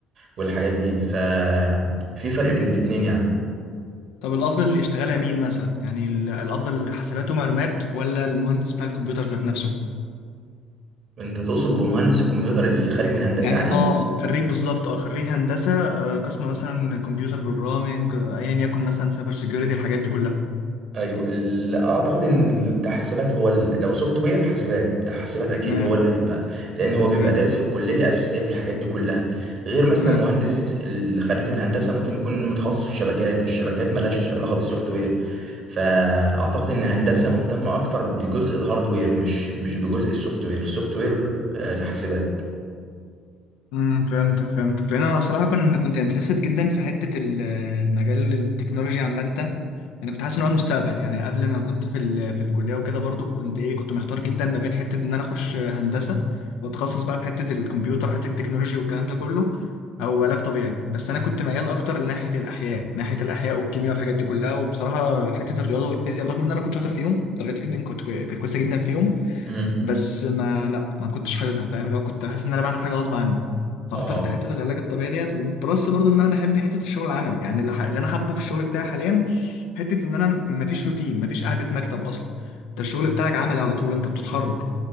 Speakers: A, on the right; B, on the left.
A: والحاجات دي ففي فرق بين الاتنين يعني
B: طب الافضل اللي يشتغلها مين مثلا يعني ال- الافضل حسابات ومعلومات ولا المهندس بتاع الكمبيوتر ذات نفسه
A: انت تقصد بمهندس الكمبيوتر اللي خارج من هندسه
B: يعني
A: يعني
B: اه خريج بالظبط اه خريج هندسه آه، قسم مثلا كمبيوتر بروجرامينج ايا يكن مثلا سايبر سيكيورتي الحاجات دي كلها
A: ايوه ال- اعتقد ان ال- بتاع حاسبات هو ال- لو سوفت وير حاسبات بتاع حاسبات اكيد
B: تمام
A: هو اللي هيبقى لان هو بيبقى
B: تمام
A: دارس في الكليه اساسيات الحاجات دي كلها غير مثلا
B: تمام
A: مهندس الخريج من هندسه ممكن يكون متخصص في الشبكات الشبكات ملهاش علاقه بالسوفت وير فاعتقد ان هندسه مهتمه اكتر بجزء الهاردوير مش مش بجزء السوفت وير السوفت وير آه، لحاسبات
B: امم فهمتك فهمتك لان انا بصراحه كنت كنت انترستد جدا في حته ال- المجال التكنولوجي عامه يعني كنت حاسس ان هو المستقبل يعني قبل ما كنت في ال- في الكليه وكده برضو كنت ايه كنت محتار جدا ما بين حته ان انا اخش هندسه واتخصص بقى في حته الكمبيوتر حته التكنولوجي والكلام ده كله او علاج طبيعي بس انا كنت ميال اكتر لناحيه الاحياء ناحيه الاحياء والكيمياء والحاجات دي كلها وبصراحه حته الرياضه والفيزياء برغم ان انا كنت شاطر فيهم درجاتي جدا كنت كوي- كانت كويسه جدا فيهم
A: امم
B: بس ما لا ما كنتش حاببها فاهم اللي هو كنت بحس ان انا بعمل حاجه غصب عني فاخترت
A: اه
B: حته العلاج الطبيعي ديت وبلس برضو ان انا بحب حته الشغل العملي يعني اللي, ح... اللي انا حابه في الشغل بتاعي حاليا حته ان انا ما فيش روتين ما فيش قعده مكتب اصلا انت الشغل بتاعك عملي على طول انت بتتحرك